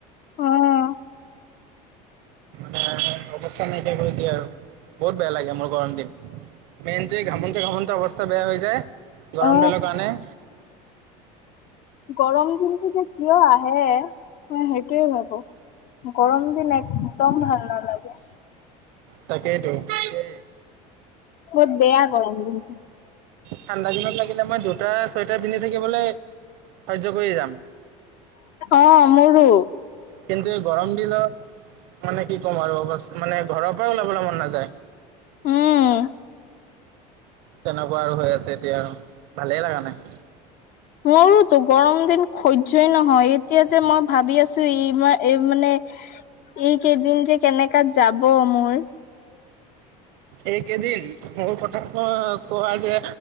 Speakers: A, on the left (about 50°); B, on the right (about 75°).
A: অ'
B: নাই অৱস্থা নাইকিয়া কৰি দিয়ে আৰু বহুত বেয়া লাগে মোৰ গৰম দিন। মেইনটোৱে ঘামঙতে ঘামঙতে অৱস্থা বেয়া হৈ যায়, গৰম
A: অ
B: ডালৰ কাৰণে। উ
A: গৰম দিনটো যে কিয় আহে মই সেইটোৱেই ভাৱোঁ। গৰম দিন একদম ভাল নালাগে।
B: তাকেইতো তাকে
A: বহুত বেয়া গৰম দিনটো
B: ঠাণ্ডা দিনত লাগিলে মই দু দুটা চুৱেটাৰ পিন্ধি থাকিবলে সহ্য কৰি যাম।
A: অঁ মোৰো
B: কিন্তু এই গৰম দিনত, মানে কি ক'ম আৰু মানে ঘৰৰ পৰাই ওলাবলৈ মন নাযায়।
A: উম
B: তেনেকুৱা আৰু হৈ আছে এতিয়া আৰু ভালেই লাগা নাই।
A: মোৰোতো গৰম দিন সহ্যই নহয়, এতিয়া যে মই ভাবি আছো ই মানে এই কেইদিন যে কেনেকা যাব মোৰ
B: এইকেইদিন মোৰ কথা ক কোৱা যে